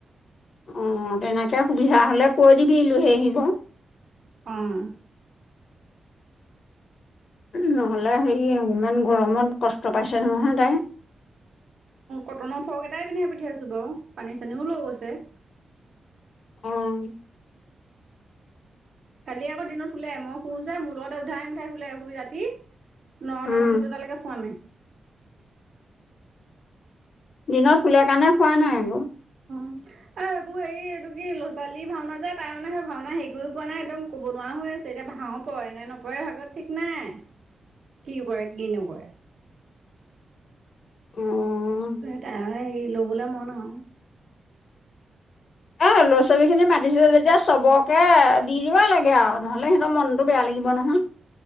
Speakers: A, on the left; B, on the right.
A: অ' তেনেকে সুবিধা হলে কৈ দিবি লৈ আহিব।
B: উ'ম।
A: নহ'লে হেৰি ইমান গৰমত কষ্ট পাইছে নহয় তাই।
B: কটনৰ ফ্ৰক এটাই পিন্ধাই পঠিয়াইছো বাৰু পানী- চানীও লৈ গৈছে।
A: উ'ম।
B: কালিয়ে আকৌ দিনত শুলে, মই শুও যে মোৰ লগতে উধাই মুঠাই শুলে ৰাতি। নটামান
A: উম।
B: বজালৈকে শুৱা নাই।
A: দিনত খুলে কাৰণে শুৱা নাই আকৌ।
B: এ! এইবোৰ হেৰি এইটো কি লৰা - ছোৱালী ভাওনা যায় তাই মানে সেই ভাওনা হেৰি কৰি পোৱা নাই একদম আকৌ বনোৱা হৈ আছে, এতিয়া ভাও পৰেনে নপৰে ভাগত ঠিক নাই। কি কৰে, কি নকৰে?
A: অ'
B: টো সেইটাই হেৰি লবলৈ মন আৰু।
A: এ! ল'ৰা - ছোৱালীখিনি মাতিছিলো যেতিয়া চবকে দি দিব লাগে আৰু নহলে সিহঁতৰ মনটো বেয়া লাগিব নহয়।